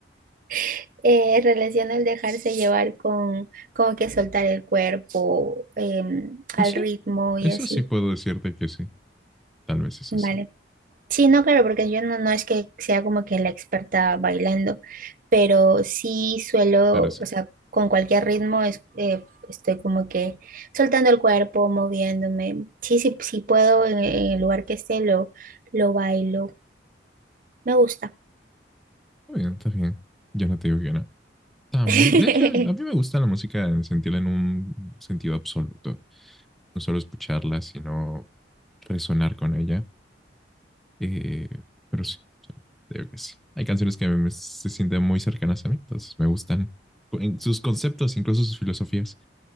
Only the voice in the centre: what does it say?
Pues
sí,
eso
sí puedo decirte que sí. Tal vez eso
sí,
pero sí.
Está bien, está bien. Yo no te digo que no. Está
muy
bien. De hecho, a mí me gusta la música en sentirla en un sentido absoluto. No solo escucharla, sino resonar con ella Eh, pero sí, creo que sí. Hay canciones que me- se sienten muy cercanas a mí, entonces me gustan en sus conceptos, incluso sus filosofías.